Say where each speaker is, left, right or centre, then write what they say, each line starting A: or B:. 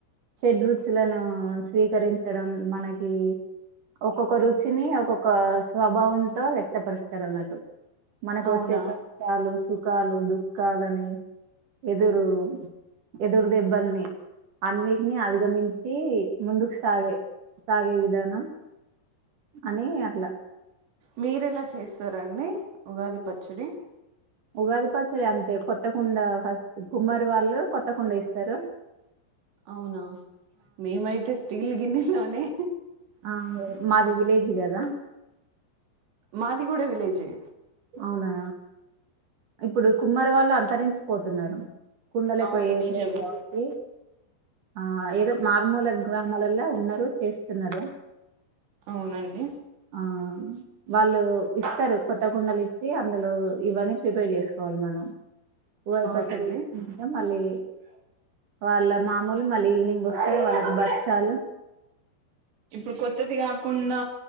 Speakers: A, on the right; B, on the right.
A: చెడ్ రుచులను స్వీకరించడం మనకి ఒక్కొక్క రుచిని ఒక్కొక్క స్వభావంతో వ్యక్తపరుస్తారు అన్నట్టు మనకు
B: అవునా
A: వచ్చే క చాలు సూ సుఖాలు దుఃఖాలని ఎదురు ఎదురు దెబ్బల్ని అన్నిటిని అధిగమించి ముందుకు సాగే సాగే విధానం అనేే అట్లా
B: మీరెలా చేస్తారంండి ఉగాది పచ్చడి
A: ఉగాది పచ్చడి అంతే కొత్త కుండ ఫస్ట్ కుమ్మారి వాళ్ళు కొత్త కుండఇస్తారు
B: అవునా మేమైతే స్టీల్ గిన్నె నూనె
A: ఆ మాది విలేజ్ కదా
B: మాదిగూడ విలేజే
A: అవునా ఇప్పుడు కుమ్మరి వాళ్ళు అంతరించిపోతారు కుండలకు
B: అవును
A: వయ్యేట్
B: నిజమే
A: కా వచ్చి ఆ ఏదో మారుమూల గ్రామాలలో ఉన్నారు చేస్తున్నారు
B: అవునండి
A: ఆ వాళ్ళు ఇస్తారు కొత్త కుండలు ఇచ్చి అందులో ఇవని ప్రిపేర్ చేసుకోవాలి మనం ఉగాది
B: అవునండి
A: పచ్చడి మళ్లీ వాళ్ళ మామూలు మళ్ళీ ఈవినింగ్ వస్తారు వాళ్ళకి బచ్చాలు
B: ఇప్పుడు కొత్తది కాకుండా